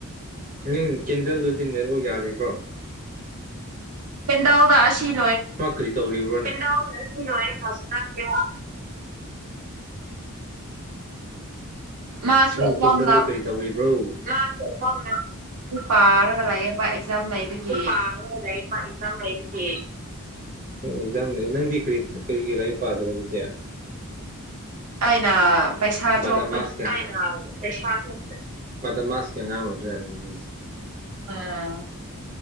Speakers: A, on the right; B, on the right.
A: ꯅꯤꯝ ꯀꯦꯟꯗꯜꯗꯨꯗꯤ ꯅꯦꯠꯋꯛ ꯌꯥꯔꯤꯕ꯭ꯔꯣ?
B: ꯀꯦꯟꯗꯜꯗ ꯑꯁꯤꯞ
A: ꯃꯥ ꯀꯔꯤ ꯇꯧꯔꯤꯕ꯭ꯔꯣꯅꯦ <unintelligible>
B: ꯃꯥꯁꯨ
A: ꯅꯪꯒꯤ
B: ꯑꯦꯛꯖꯥꯝ
A: ꯀꯦꯟꯗꯜꯗꯨ
B: ꯂꯥꯛ
A: ꯀꯔꯤ ꯇꯧꯔꯤꯕ꯭ꯔꯣ <unintelligible>
B: ꯑꯗꯨꯝ ꯄꯥꯔꯒ ꯂꯩꯌꯦ꯫ ꯃꯥ ꯑꯦꯛꯖꯥꯝ ꯂꯩꯕꯒꯤ
A: ꯄꯔꯒ ꯂꯩ ꯃꯥ ꯑꯦꯛꯖꯥꯝ ꯂꯩꯗꯨꯗꯤ ꯏꯁ ꯅꯪꯗꯤ ꯀꯔꯤ ꯀꯔꯤꯒꯤ ꯂꯥꯏꯔꯤꯛ ꯄꯥꯗꯕꯗꯨꯗꯤ꯫
B: ꯑꯩꯅ ꯄꯩꯁꯥ
A: ꯕꯗꯃꯥꯁꯀꯤ
B: ꯆꯣꯞꯄꯒꯤ
A: ꯑꯩꯅ ꯄꯩꯁꯥ ꯊꯣꯛꯇꯕꯩ ꯕꯗꯃꯥꯁꯀꯤ ꯑꯉꯥꯡ ꯑꯣꯏꯕꯖꯥꯠꯅꯦ ꯅꯪꯁꯦ꯫
B: ꯑꯥ